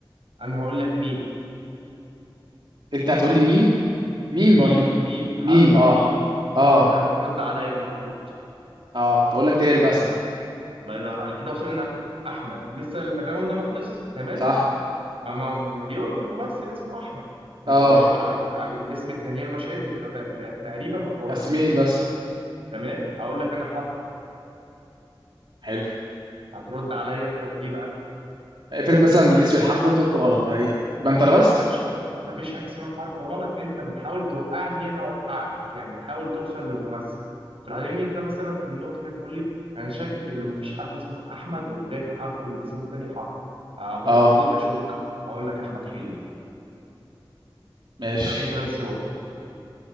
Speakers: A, on the right; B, on the right.
A: انا هقول لك ميم
B: انت هتقول لي مين ميم
A: ميم
B: ولا مين
A: ميم حرف
B: ميم اه
A: الميم
B: اه
A: انت هترد عليا المفروض
B: اه تقول لك دال مثلا
A: الله ينور عليك كده وصلنا احمد لسه الراوند ده ما خلص تمام
B: صح
A: ما ما مليون ممثل اسمه احمد نخش
B: اه
A: على على الاسم التانيين المشاهير بتبقى تق- ده تقريبا مكونه
B: اسمين
A: من اسمين
B: بس
A: تمام هقول لك انا حرف
B: حلو
A: هترد عليا انت بايه بقى
B: افرض مثلا الاسم الحرف اللي انت قلته غلط ده ايه يبقى انت لبست
A: لا مفيش حاجه مفيش حاجه اسمها حرف غلط انت بتحاول توقعني انا اوقعك يعني تحاول توصل لممثل تروح تيجي انت مثلا في النقطه كده تقول لي انا شاكك ان مفيش حد اسمه احمد وبدايه حرفه من اسمه التاني حرف هقول
B: اه
A: تقول لي اشك هقول لك احمد حلمي
B: ماشي
A: تروح جاي انت لابس ربع